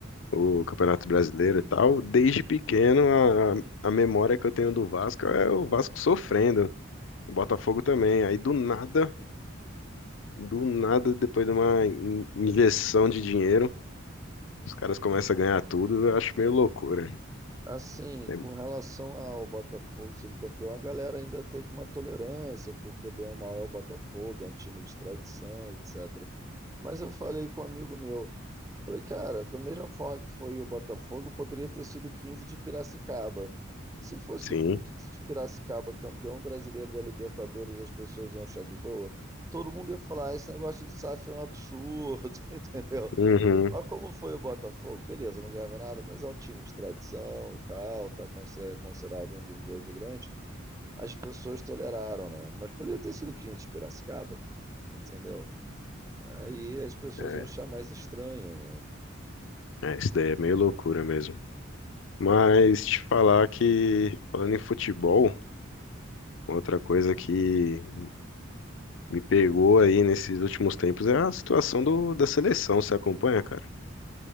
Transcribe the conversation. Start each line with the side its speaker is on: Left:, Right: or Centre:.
Left: o Campeonato Brasileiro e tal, desde pequeno a, a memória que eu tenho do Vasco é o Vasco sofrendo, o Botafogo também. Aí do nada, do nada, depois de uma in- injeção de dinheiro, os caras começam a ganhar tudo, eu acho meio loucura.
Right: Assim,
Left: É,
Right: com relação ao Botafogo sendo campeão, a galera ainda teve uma tolerância, porque bem ou mal é o Botafogo, é um time de tradição, etc. Mas eu falei com um amigo meu, Falei, cara, da mesma forma que foi o Botafogo, poderia ter sido quinze de Piracicaba. Se fosse
Left: sim,
Right: o quinze de Piracicaba campeão brasileiro da Libertadores, as pessoas iam achar de boa. Todo mundo ia falar, "Ah, esse negócio de SAF é um absurdo, <laughs> entendeu?
Left: uhum,
Right: Mas como foi o Botafogo? Beleza, não ganhava nada, mas é um time de tradição e tal, tá conse- é considerado um dos 12 grandes. As pessoas toleraram, né? Mas poderia ter sido quinze de Piracicaba, entendeu? Aí as pessoas
Left: é,
Right: iam achar mais estranho, né?
Left: é, isso daí é meio loucura mesmo. Mas te falar que, falando em futebol, outra coisa que me pegou aí nesses últimos tempos é a situação do, da seleção, você acompanha, cara?